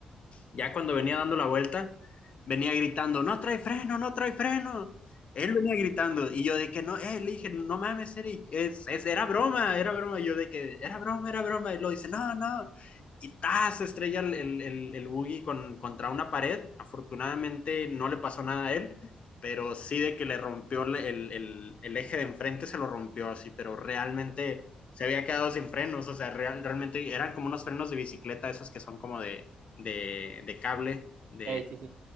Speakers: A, on the left; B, on the right.
A: Ya cuando venía dando la vuelta, venía gritando, no trae freno, no trae freno. Él venía gritando y yo de que no, eh, le dije, no mames, Eric, es, es, era broma, era broma. yo de que era broma, era broma. Y lo dice, no, no. Y ta, se estrella el, el, el, el buggy con, contra una pared. Afortunadamente no le pasó nada a él, pero sí de que le rompió el, el, el, eje de enfrente, se lo rompió así, pero realmente se había quedado sin frenos, o sea, real, realmente eran como unos frenos de bicicleta, esos que son como de, de, de cable de,
B: Eh, sí, sí.